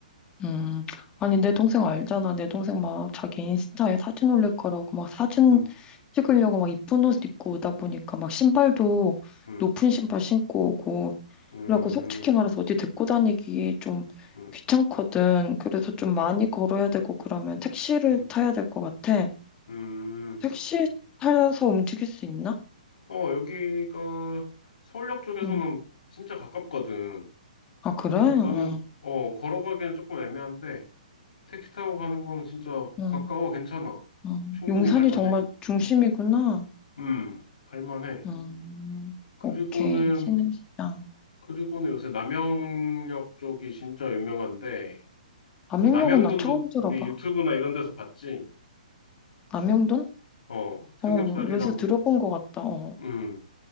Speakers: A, on the left; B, on the left.
A: 음, 아니, 내 동생 알잖아. 내 동생 막 자기 인스타에 사진 올릴 거라고 막 사진
B: 음,
A: 찍으려고 막 이쁜 옷 입고 오다 보니까 막 신발도
B: 음,
A: 높은 신발 신고 오고
B: 음,
A: 이러고 솔직히
B: 음.
A: 말해서 어디 데리고 다니기 좀
B: 음.
A: 귀찮거든. 그래서 좀 많이 걸어야 되고 그러면 택시를
B: 음.
A: 타야 될 것 같아.
B: 음,
A: 택시 타서 움직일 수 있나?
B: 어, 여기가 서울역 쪽에서는
A: 응.
B: 진짜 가깝거든.
A: 아, 그래?
B: 그래서
A: 응.
B: 나는, 어, 걸어가기는 조금 애매한데, 택시 타고 가는 거는 진짜
A: 응,
B: 가까워, 괜찮아.
A: 응.
B: 충분히
A: 용산이
B: 갈만해.
A: 정말 중심이구나.
B: 음, 갈만해.
A: 음,
B: 그리고는,
A: 오케이. 신흥시장.
B: 그리고는 요새 남영역 쪽이 진짜 유명한데,
A: 남영역은
B: 뭐, 남영돈도
A: 나 처음 들어봐.
B: 우리 유튜브나 이런 데서 봤지?
A: 남영돈?
B: 어, 삼겹살이랑,
A: 어, 뭐 요새 들어본 것 같다. 어,
B: 음,